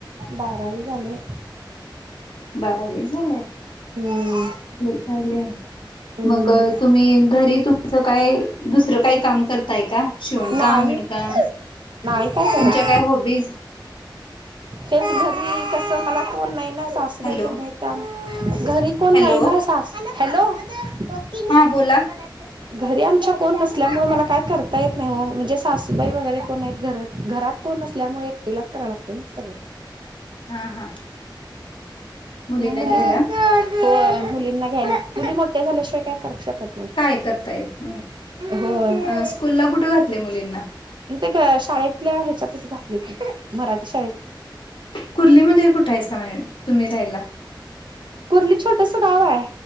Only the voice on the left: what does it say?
बारावी झालंय
चांगल, चांगलं
मग तुम्ही घरी तुमच काय दुसरं काय? काम करताय का? शिवणकाम
विणकाम
तुमच्या हॉबीज?
हॅलो
हॅलो
हा बोला
हा हा. मुलींना
घ्यायला
काय करता येत नाही.
अ स्कूलला कुठं घातलय मुलींना?
कुर्लीमध्ये कुठे आहे, सा मॅडम तुम्ही राहायला.